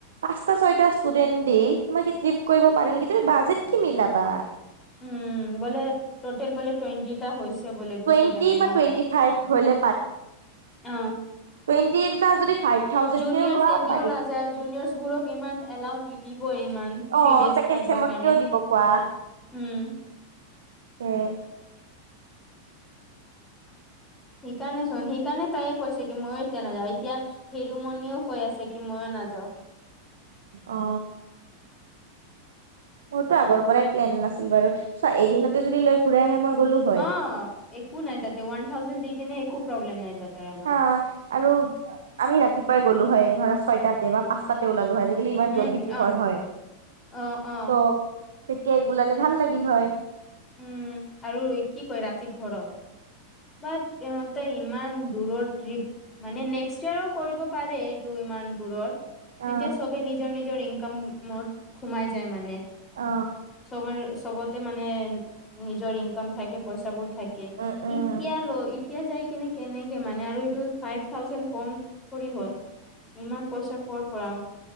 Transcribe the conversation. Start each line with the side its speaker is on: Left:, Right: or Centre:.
Right: পাঁচটা ছয়টা ষ্টুডেণ্ট দি তোমাৰ কি ট্ৰিপ কৰিব পাৰে নেকি, তুমি বাজেট কি মিলাবা?
Left: উম, বলে ট'টেল বলে টুৱেণ্টিটা হৈছে বোলে গুচি
Right: টুৱেণ্টি
Left: যাম এনেকুৱা,
Right: বা টুৱেণ্টি ফাইভ হলে
Left: অঁ।
Right: টুৱেণ্টি টা যদি ফাইভ থাউজেণ্ড
Left: জুনিয়ৰছ
Right: কেও লোৱা
Left: এনেও
Right: পাৰি
Left: নাযায় জুনিয়ৰছ বোৰক ইমান এলাও নি দিব ইমান থ্ৰি
Right: অ
Left: ডেজ
Right: ছেকেণ্ড
Left: থাকব
Right: চেমত
Left: কাৰণে,
Right: কিয় দিব কোৱা
Left: উম।
Right: <inaudible>
Left: সেইকাৰণে চোন সেই কাৰকাৰণে তাইয়ে কৈছে কি মই এতিয়া নাযাওঁ। এতিয়া হিৰুমণিও কৈ আছে কি মইও নাযাওঁ।
Right: অঁ। মোৰতো আগৰ পৰাই প্লেন নাছিল বাৰু, চোৱা এদিনতে যদি লৈ ঘূৰাই আহে মই গলো। হয়
Left: অঁ, একো নাই তাতে অয়ান থাউজেণ্ড দি কিনে একো নাই তাতে। আমাৰ
Right: আ', আৰু আমি ৰাতিপুৱাই গ'লো হয়, ধৰা ছয়টাতে পাচ তাতে ওলালো হয়, আজিকালি ইমান
Left: উম
Right: জল্দি পোহৰ
Left: অ
Right: হয়,
Left: অ অ
Right: ত' তেতিয়াই ওলালে ভাল লাগিল হয়।
Left: উম, আৰু কি কয় ৰাতিৰ ঘৰত। বাট তই ইমান দূৰৰ ট্ৰিপ। মানে নেক্সট ইয়েৰো কৰিব পাৰে এইটো ইমান দূৰৰ।
Right: অ
Left: তেতিয়া চ'বে নিজৰ নিজৰ ইনকামত সোমাই যায় মানে।
Right: অ
Left: চ'ব চ'বতে মানে নিজৰ ইনকাম থাকে পইচাাবোৰ। থাকে,
Right: উম উম
Left: এতিয়া লৈ ইত এতিয়া যাই কিনে কেনেকে মানে আৰু এইটো ফাইভ থাউজেড কম কৰি হোৱা। ইমান পইচা কৰ' পৰা।